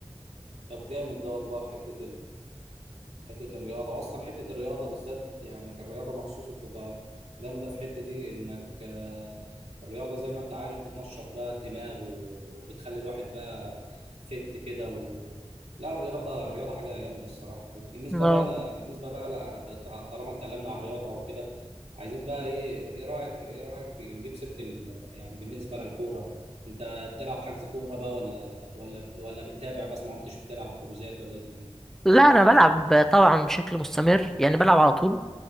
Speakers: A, on the right; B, in the centre.
A: طب جامد ده والله حته حتة الرياضة وأصلا حتة الرياضة بالذات يعني الرياضة مخصوص بتبقى جامدة في حتة إيه إنك آه، الرياضة زي ما أنت عارف بتنشط بقى الدماغ وبتخلي الواحد بقى فت كده و... لا الرياضة الرياضة حاجة جامدة الصراحة وبالنسبة
B: اه
A: بقى ل... بالنسبة بقى ل... بت- طالما اتكلمنا عن الرياضة وكده عايزين بقى إيه إيه رأيك إيه رأيك في نجيب سيرة ال... يعني بالنسبة للكورة أنت بتلعب حجز كورة بقى ولا ولا ولا بتتابع بس ما كنتش بتلعب حجوزات ولا إيه الدنيا؟
B: لا أنا بلعب طبعا بشكل مستمر يعني بلعب على طول